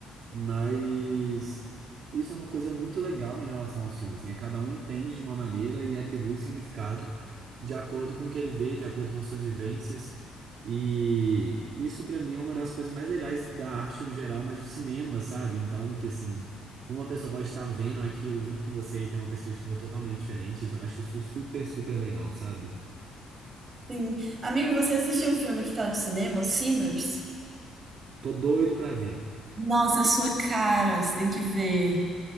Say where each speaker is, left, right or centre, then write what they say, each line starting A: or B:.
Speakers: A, on the right; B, on the right.
A: Mas isso é uma coisa muito legal em relação aos filmes, né? Cada um entende de uma maneira e atribui significado de acordo com o que ele vê, de acordo com as suas vivências. E isso pra mim é uma das coisas mais legais da arte no geral, mas o cinema, sabe? Então, que assim, como uma pessoa pode estar vendo aquilo junto com você e ter uma perspectiva totalmente diferente, isso- eu acho isso super, super legal, sabe?
B: Sim. Amigo, você assistiu o filme que tá no cinema, o Sinners?
A: Tô doido pra ver.
B: Nossa, é sua cara, você tem que ver.